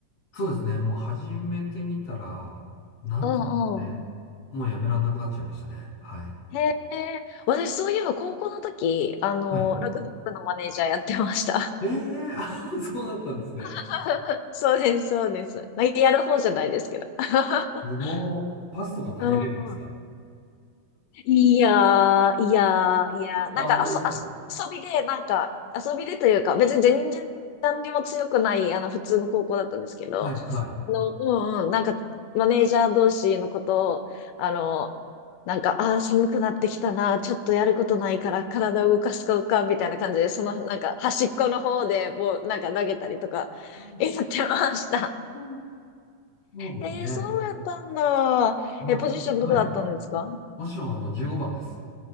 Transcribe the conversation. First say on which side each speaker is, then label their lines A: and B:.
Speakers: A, on the left; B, on the left.
A: そうですね、もう始めてみたら、なんていうんですかね、
B: うんうん。
A: もうやめらんなくなっちゃいましたね。はい。
B: へえ、私そういえば高校の時、あの、
A: はい。
B: ラグビー部のマネージャーやってました。
A: ええあ、<laughs> そうだったんですね。
B: <laughs> そうです、そうです。まあやる方じゃないですけど。<laughs>
A: すごー。パスとか投げれるんですか
B: うんうんいやー、いやー、いやー、
A: あ、
B: なんか遊、
A: 本当ですか
B: 遊、遊びで、なんか、遊びでというか、別に全然何にも強くない、あの、普通の高校だったんですけど、
A: はい、はい。
B: あの、うんうん、なんか、マネージャー同士のことを、あの、なんか、ああ、寒くなってきたな、ちょっとやることないから体を動かすかか、みたいな感じで、その、なんか、端っこの方で、もう、なんか投げたりとか、
A: うん
B: やってました。
A: うんそうですね。
B: えー、そうやったんだ。
A: まあ、
B: え、ポジションどこだったんですか
A: はい。もちろん、あの、15番です。